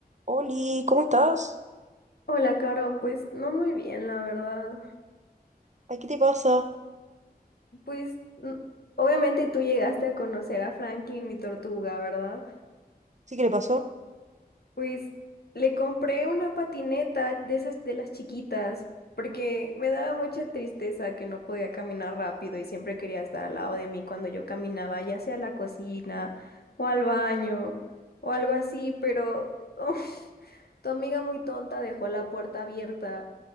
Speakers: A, on the right (about 45°); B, on the left (about 75°).
A: Oli, ¿cómo estás?
B: Hola, Caro, pues no muy bien, la verdad.
A: Ay, ¿qué te pasa?
B: Pues n- obviamente tú llegaste a conocer a Franklin, mi tortuga, ¿verdad?
A: ¿Sí que le pasó?
B: Pues le compré una patineta de esas de las chiquitas, porque me daba mucha tristeza que no podía caminar rápido y siempre quería estar al lado de mí cuando yo caminaba, ya sea a la cocina o al baño o algo así, pero <laughs> Tu amiga muy tonta dejó la puerta abierta